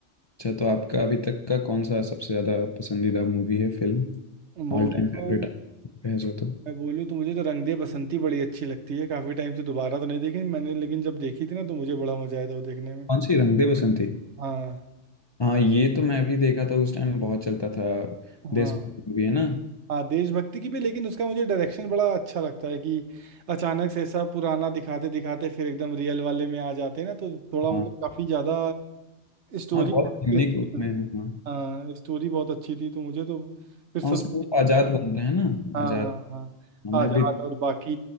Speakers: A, on the left; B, on the right.
A: अच्छा तो आपका अभी तक का कौन सा सबसे ज्यादा पसंदीदा मूवी है फिल्म
B: मूवी
A: ऑल टाइम
B: तो
A: फेवरेट है जो तो
B: मैं बोलूँ तो मुझे तो रंग दे बसंती बड़ी अच्छी लगती है काफी टाइम से दोबारा तो नहीं देखी मैंने लेकिन जब देखी थी ना तो मुझे बड़ा मजा आया था वो देखने में
A: कौन सी रंग दे बसंती
B: हाँ
A: हाँ ये तो मैं भी देखा था उस टाइम बहुत चलता था देशभक्ति
B: हाँ
A: मूवी है ना
B: हाँ देशभक्ति की भी लेकिन उसका मुझे डायरेक्शन बड़ा अच्छा लगता है कि अचानक से ऐसा पुराना दिखाते दिखाते फिर एकदम रियल वाले में आ जाते हैं ना तो थोड़ा
A: हाँ
B: मतलब काफी ज्यादा स्टोरी
A: हाँ बहुत यूनिक
B: अच्छी
A: उसमें
B: थी।
A: है, हाँ
B: हाँ स्टोरी बहुत अच्छी थी तो मुझे तो फिर सद
A: हाँ उसमें वो आजाद बनते हैं ना
B: हाँ
A: आजाद
B: हाँ हाँ
A: हाँ, मैं
B: आजाद
A: भी
B: और बाकी